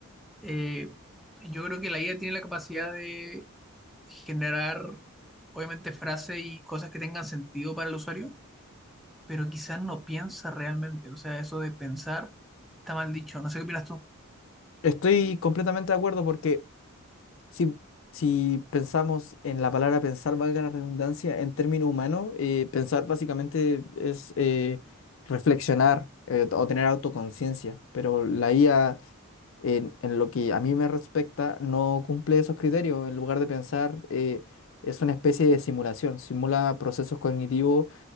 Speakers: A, in the centre; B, on the left.
A: Eh, yo creo que la IA tiene la capacidad de generar, obviamente, frases y cosas que tengan sentido para el usuario, pero quizás no piensa realmente. O sea, eso de pensar está mal dicho. No sé qué opinas tú.
B: Estoy completamente de acuerdo porque si, si pensamos en la palabra pensar, valga la redundancia, en términos humanos, eh, pensar básicamente es eh, reflexionar eh, o tener autoconciencia, pero la IA... En, en lo que a mí me respecta, no cumple esos criterios. En lugar de pensar, eh, es una especie de simulación, simula procesos cognitivos